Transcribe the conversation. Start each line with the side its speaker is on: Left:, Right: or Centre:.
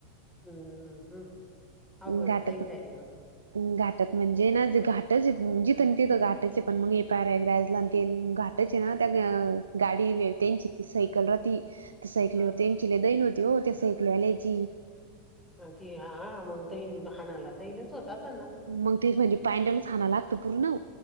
Centre: हम्म -हम्म. अवघड
Right: घाटात
Centre: दहीन झाली मग.
Right: घाटात म्हणजे ना घाटच जिथं ना तिथं घाटायच पण मग हे प्रयागराज ला आणि ते घाटायचे ना त्या गाडी त्यांची ती सायकल राहती. त्या सायकलीवर
Centre: हा
Right: त्यांची ल दईन होती हो त्या सायकली आल्यायची.
Centre: ती हा मग दहीन हाणाला दहीणच होत असल ना.
Right: मग तेच म्हणजे पँनडलच खां लागतं पूर्ण